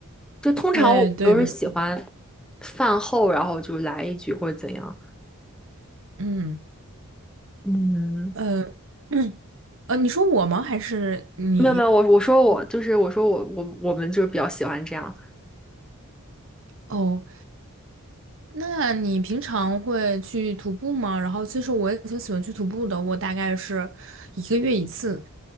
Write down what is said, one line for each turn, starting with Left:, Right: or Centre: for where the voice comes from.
Centre: 就通常我都是喜欢
Right: 对对，没错。
Centre: 饭后，然后就来一局或者怎样。
Right: 嗯，
Centre: 嗯，
Right: 呃，<clears throat> 嗯呃，你说我吗？还是你？
Centre: 没有没有，我我说我就是我说我我我们就是比较喜欢这样。
Right: 哦，那你平常会去徒步吗？然后其实我也挺喜欢去徒步的，我大概是一个月一次，